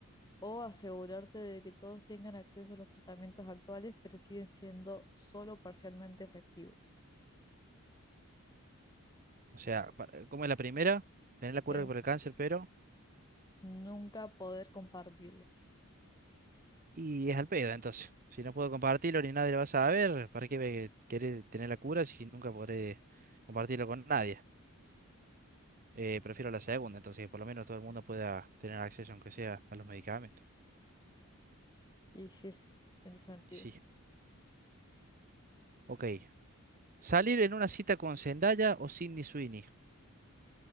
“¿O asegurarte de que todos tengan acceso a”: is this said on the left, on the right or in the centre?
Left